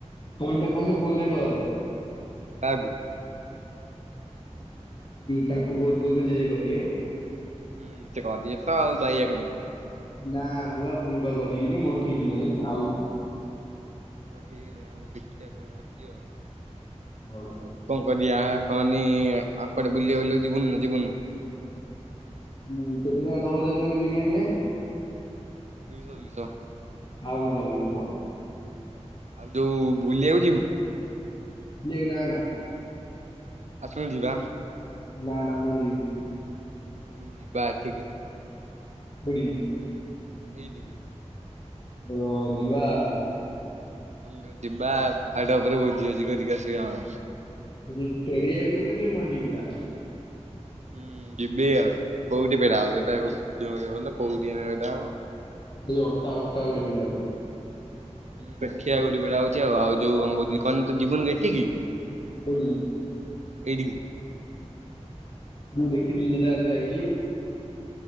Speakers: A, on the left (about 40°); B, on the right (about 75°).
A: ଫୋନ୍ ଟା କରନୁ ଫୋନ୍ ଟା କର।
B: କାହାକୁ?
A: ତାଙ୍କୁ ଫୋନ୍ କରୁନୁ ଯିଏ ଯିଏ କରିବେ।
B: ହୁଁ ସେ କରିବେ ତ ଆଉ ବାୟା କାଇଁ।
A: ନା ମୁଁ ପା ମୁଁ ପା କରିବିନି ମୋର ଠିକ ନାହିଁ ଆଉ।
B: ହଉ ଠିକ ନାଇଁ ଆଉ ଦେଖିବା ଆଉ କଣ ହଉଛି ଆଉ।
A: ହଉ।
B: ଆଉ କଣ କରିଆ କହନି ଆଉକୁଆଡେ ବୁଲିବା ବୁଲି ଯିବ ନୁ ଯିବୁନୁ?
A: ହୁଁ କେତେ ଟଙ୍କା ତଳ ଦୋକାନୀ ବିରିୟାନୀରେ?
B: ଦୁଇଶହ-ଦୁଇଶହ।
A: ଥାଉ ମୁଁ କରିବିନି ଥାଉ।
B: ଆଉ ଯୋଉ ବୁଲିବାକୁ ଯିବୁ।
A: ବୁଲି ଆକୁ ନା-ନା।
B: ଆସୁନୁ ଯିବା?
A: ନା-ନା ମୁଁ ଯିବିନି।
B: ହୁଁ ଯିବା ଆଜି କି।
A: କୋଉଡି
B: ଏଇ ଠିକି।
A: ହଁ ଯିବା ଆଉ।
B: ଲ ଯିବା ଆଉ ଟିକେ ପରେ ଭୋଜି ଭୋଜି କରିକି ଆସିବା ଆଉ।
A: ମୁଁ କଇ ଟେରିଆକୁ ଯିବୁନୁକି ମଞ୍ଜି ପୁରା?
B: ହୁଁ ଯିବି ଆଉ କୋଉଠି ଫେରାହବ, ସେଇଟା ଯୋଉ ଇଏ ହଲ କୋଉଟି କିନା ସେଟା ହବ?
A: ଏଇ ଅଣ୍ଟା ଅଣ୍ଟା ପାଖରେ ଭିଡାହବ।
B: ଦେଖିଆ କୋଉଠି ବିଡା ହଉଛି, ଆଉ ଯୋଉ କଣ କହୁଥିଲି କଣ ତୁ ଯିବୁନି କି ଏଠିକି?
A: କୋଉଠି?
B: ଏଇଠିକି।
A: ମୁଁ ଦେଖିଥିଲି ଯୋଉଟା ତୁ ଯାଇଥିଲୁ।